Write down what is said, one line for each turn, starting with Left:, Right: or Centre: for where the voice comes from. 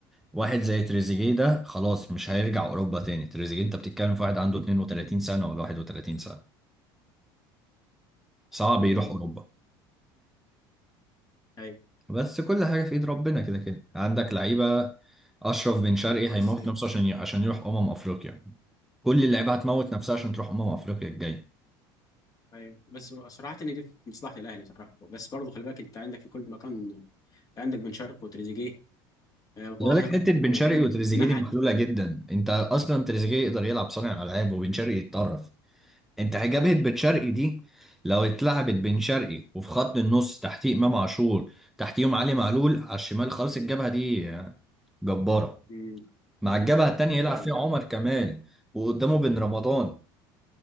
Centre: واحد زي تريزيجيه ده خلاص مش هيرجع اوروبا تاني تريزيجيه انت بتتكلم في واحد عنده 32 سنه ولا 31 سنه صعب يروح
Left: ايوه
Centre: اوروبا
Left: ايوه
Centre: بس كل حاجه في ايد ربنا كده كده عندك لعيبه اشرف بن شرقي هيموت
Left: بس
Centre: نفسه عشان عشان يروح امم افريقيا كل اللعيبه هتموت نفسها عشان تروح امم افريقيا الجايه
Left: ايوه بس هو صراحة ان دي في مصلحة الاهلي صراحة بس برضه خلي بالك انت عندك في كل مكان انت عندك بن شرقي وتريزيجيه آه، وطاهر
Centre: خلي بالك حته بن
Left: في مكان
Centre: شرقي وتريزيجيه
Left: نحت
Centre: دي محلوله جدا انت اصلا تريزيجيه يقدر يلعب صانع العاب وبن شرقي يتطرف انت جبهة بن شرقي دي لو اتلعبت بن شرقي وفي خط النص تحتيه امام عاشور تحتيهم علي معلول على الشمال خالص الجبهة دي جبارة
Left: مم،
Centre: مع الجبهة التانية
Left: آه،
Centre: يلعب
Left: فعلا
Centre: فيها عمر كمال وقدامه بن رمضان